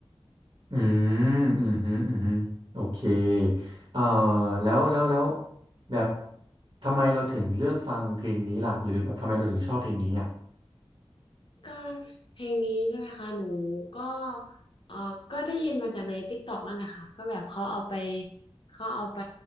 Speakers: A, on the right; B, on the left.
A: อืมอืมอืมอืมโอเคเอ่อแล้วแล้วแล้วแบบทำไมเราถึงเลือกฟังเพลงนี้ล่ะหรือแบบทำไมเราถึงชอบเพลงนี้อ่ะ
B: ก็เพลงนี้ใช่ไหมคะหนูก็เออก็ได้ยินมาจากใน TikTok นั่นแหละค่ะก็แบบเขาเอาไปเขาเอาไป